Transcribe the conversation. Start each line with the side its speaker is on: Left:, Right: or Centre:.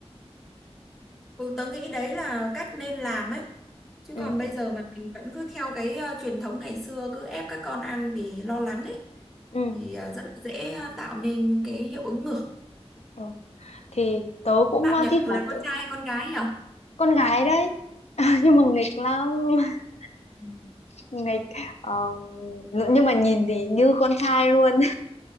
Centre: Ừ, tớ nghĩ đấy là cách nên làm ấy. Chứ
Left: Ừ,
Centre: còn bây
Left: ừ,
Centre: giờ mà mình vẫn cứ theo cái ờ, truyền thống ngày xưa cứ ép các con ăn vì lo lắng ấy
Left: ừ.
Centre: thì ờ, rất là dễ ờ, tạo nên cái hiệu ứng ngược.
Left: ừ. Thì tớ cũng
Centre: Bạn
Left: ờ,
Centre: nhà
Left: thi thoảng
Centre: cậu là con
Left: tớ
Centre: trai hay con gái nhỉ
Left: con gái đấy <laughs> nhưng mà nghịch lắm, <laughs>
Centre: Ừ.
Left: nghịch ờ, nhưng mà nhìn thì như con trai luôn.